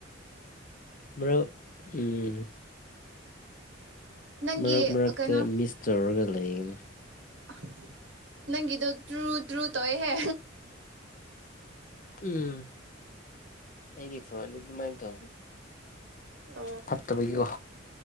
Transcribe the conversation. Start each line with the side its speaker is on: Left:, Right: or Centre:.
Left: ꯕ꯭ꯔꯣ ꯑꯝ
Right: ꯅꯪꯒꯤ
Left: ꯃꯔꯛ ꯃꯔꯛꯇ
Right: ꯀꯩꯅꯣ
Left: ꯃꯤꯁ ꯇꯧꯔꯒ ꯂꯩꯌꯦ
Right: ꯑꯥ ꯅꯪꯒꯤꯗꯣ ꯗ꯭ꯔꯨꯗ꯭ꯔꯨ ꯇꯧꯏꯍꯦ
Left: ꯎꯝ ꯑꯩꯒꯤ ꯐꯣꯟꯗꯤ ꯑꯗꯨꯃꯥꯏꯅ ꯇꯧ
Right: ꯑꯣ
Left: ꯐꯠꯇꯕꯒꯤꯀꯣ